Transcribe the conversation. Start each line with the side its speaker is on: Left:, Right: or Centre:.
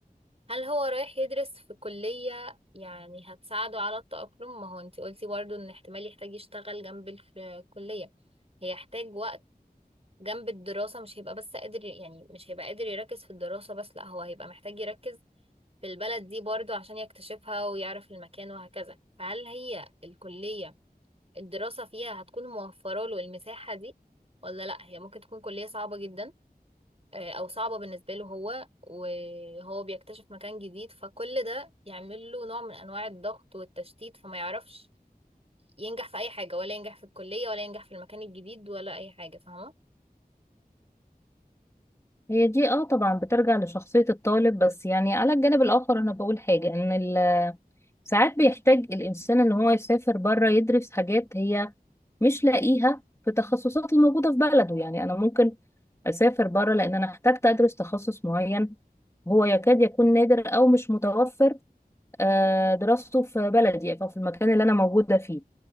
Right: هل هو رايح يدرس في كلية يعني هتساعده على التأقلم ما هو انتي قلتي برضو ان احتمال يحتاج يشتغل جنب الف- الكلية هيحتاج وقت جنب الدراسة مش هيبقى بس قادر يعني مش هيبقى قادر يركز في الدراسة بس لا هو هيبقى محتاج يركز في البلد دي برضو عشان يكتشفها ويعرف المكان وهكذا فهل هي الكلية الدراسة فيها هتكون موفرة له المساحة دي ولا لا هي ممكن تكون كلية صعبة جدا آه، او صعبة بالنسبة له هو وهو بيكتشف مكان جديد فكل ده يعمل له نوع من انواع الضغط والتشتيت فما يعرفش ينجح في اي حاجة ولا ينجح في الكلية ولا ينجح في المكان الجديد ولا اي حاجة فاهمة
Left: هي دي اه طبعا بترجع لشخصية الطالب بس يعني على الجانب الآخر أنا بقول حاجة إن ال- ساعات بيحتاج الإنسان إن هو يسافر بره يدرس حاجات هي مش لاقيها في التخصصات الموجودة في بلده يعني أنا ممكن أسافر بره لأن أنا احتجت أدرس تخصص معين هو يكاد يكون نادر أو مش متوفر آه، دراسته في بلدي يعني، أو في المكان اللي أنا موجودة فيه